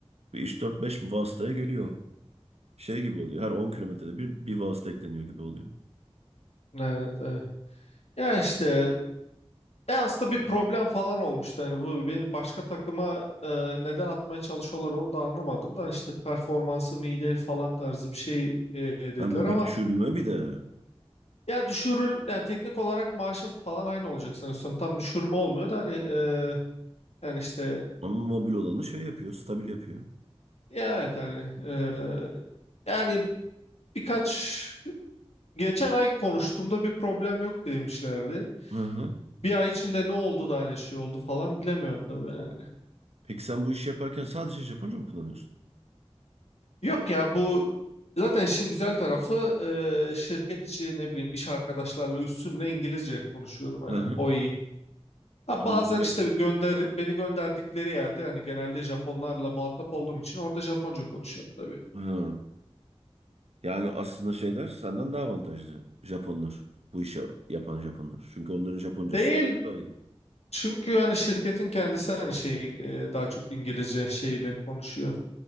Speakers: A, on the right (about 70°); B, on the left (about 75°).
A: Bir 3-4-5 vasıtaya geliyor. Şey gibi oluyor. Her 10 kilometrede bir, bir vasıta ekleniyor gibi oluyor.
B: Evet, evet. Ya işte e aslında bir problem falan olmuştu. Hani bu beni başka takıma e, neden atmaya çalışıyorlar onu da anlamadım. Da hani işte performansım iyi değil falan tarzı bir şey e, dediler
A: Ha, bu
B: ama
A: bir düşürülme bir de.
B: ya düşürül ya teknik olarak maaşım falan aynı olacak sanıyorsam. Tam düşürme olmuyor da hani e, Yani işte
A: Ama mobil olanı şey yapıyor. Stabil yapıyor.
B: ya evet hani e, yani birkaç geçen ay konuştuğumda bir problem yok demişlerdi.
A: Hı hı.
B: Bir ay içinde ne oldu da hani şey oldu falan bilemiyorum tabii yani.
A: Peki sen bu işi yaparken sadece Japonca mı kullanıyorsun?
B: Yok ya bu zaten işin güzel tarafı e, şirket içi ne bileyim iş arkadaşlarla üstümle İngilizce konuşuyorum hani
A: Hı hı.
B: o iyi. Ha,
A: Ama
B: bazen
A: böyle...
B: işte bir gönder beni gönderdikleri yerde hani genelde Japonlarla muhatap olduğum için orada Japonca konuşuyorum tabii.
A: Hı. Yani aslında şeyler senden daha avantajlı. Japonlar. Bu işi yapan Japonlar. Çünkü onların Japoncası
B: Değil
A: daha iyi.
B: Çünkü yani şirketin kendisi hani şeyin e, daha çok İngilizce şeyle konuşuyor.